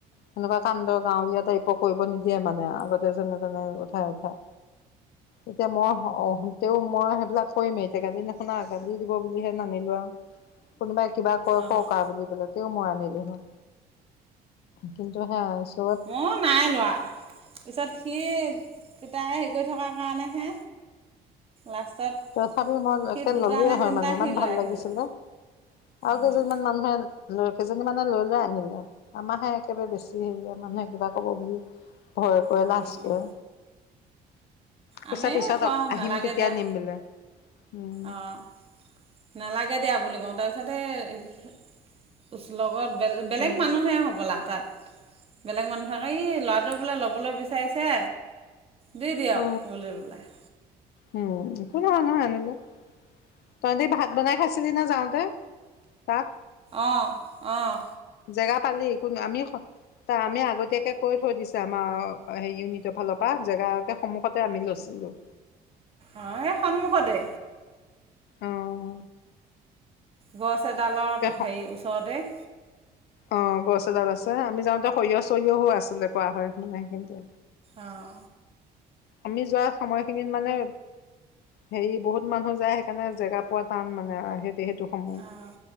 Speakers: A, on the left; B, on the right.
A: সেনেকুৱা কান্দ গাঁওলীয়াত কৰিব নিদিয়ে মানে আগতে যেনে তেনে উঠাই উঠাই এতিয়া মই তেও মই সেইবিলাক কৰিমেই এতিয়া কালি নুশুনা কালি দিব বুলিহে নানিলো আও কোনোবাই কিবা কয়
B: অঁ
A: কওক আও বুলি তেওঁ মই আনিলো হয়। কিন্ত সেহজ
B: মইও নাই লোৱা, পিছত পিছত সি কিতাই হেৰি কৰি থকাৰ কাৰণেহে লাষ্টত
A: তথাপি মই
B: সি
A: একে
B: দুটা
A: ললোৱেই
B: নে
A: হয়
B: তিনিটা
A: মানে, ইমান
B: সি
A: ভাল
B: লৈ আহিলে
A: লাগিছিলে। আও
B: অঁ
A: কেইজনমান মানুহে ল কেইজনী মানে লৈ লৈ আনিলে, আমাৰহে একেবাৰে বেছি হেৰি আ মানুহে কিবা ক'ব বুলি ভয় কৰে,
B: অঁ
A: লাজ কৰে। কৈছে
B: আমি
A: পিছত
B: থ
A: আহিম
B: নালাগে
A: তেতিয়া
B: দিয়া
A: নিম বোলে। উম
B: অঁ নালাগে দিয়া বুলি কওঁ, তাৰপিছত সেই ওচ লগত বে বেলেগ
A: উম
B: মানুহে হ'বলা তাত বেলেগ মানুহ থাকে ই ল'ৰাটোৱে বোলে ল'বলৈ বিচাৰিছে, দি দিয়ক
A: অ
B: বুলি বেলাই
A: উম একো নহয় নহয় আনিলে, তহঁতি ভাত বনাই খাইছিলি নে যাওঁতে তাত?
B: অঁ অঁ
A: জেগা পালি? কোনো আমি স তা আমি আগতীয়াকে কৈ থৈ দিছো। আমাৰ সে ইউনিটৰ ফালৰ পৰা জেগা একে সন্মুখতে আমি লৈছিলোঁ।
B: অ এই সন্মুখতে।
A: অঁহ।
B: গছ এডালত হেৰি
A: অ
B: ওচৰতেই।
A: অ গছ এডাল আছে, আমি যাওঁতে সৰিয়হ চৰিয়হো আছিলে কোৱা হয় মানে সেই খিন্তে।
B: আহ।
A: আমি যোৱা সময়খিনিত মানে হেৰি বহুত মানুহ যায় সেইকাৰণে জেগা পোৱা টান মানে সেই যি সেইটো সমূহ
B: অঁ